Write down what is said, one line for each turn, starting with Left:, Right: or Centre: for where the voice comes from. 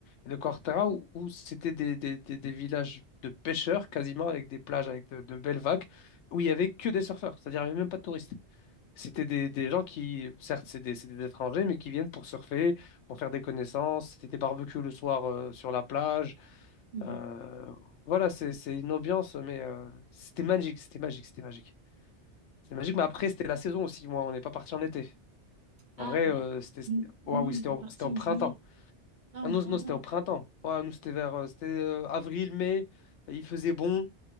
Left: et de Corteira, où, où c'était des, des, des, des villages de pêcheurs quasiment, avec des plages, avec de, de belles vagues, où il y avait que des surfeurs, c'est-à-dire il n'y avait même pas de touristes. C'était des, des gens qui, certes, c'est des, c'est des étrangers, mais qui viennent pour surfer, pour faire des connaissances. C'était des barbecues le soir euh, sur la plage.
Right: Mhm.
Left: Euh, voilà, c'est c'est une ambiance, mais euh, c'était magique, c'était magique, c'était magique. C'était magique, mais après, c'était la saison aussi. Moi, on n'est pas parti en été.
Right: Ah,
Left: En vrai,
Right: bah,
Left: euh, c'était. c'était-
Right: nous, nous,
Left: Ouah, oui,
Right: on
Left: c'était
Right: était
Left: au,
Right: partis
Left: c'était au
Right: en
Left: printemps.
Right: juillet, pas en
Left: Ah non,
Right: printemps.
Left: non, c'était au printemps. Ouais, nous, c'était vers euh, c'était, euh, avril, mai. Il faisait bon.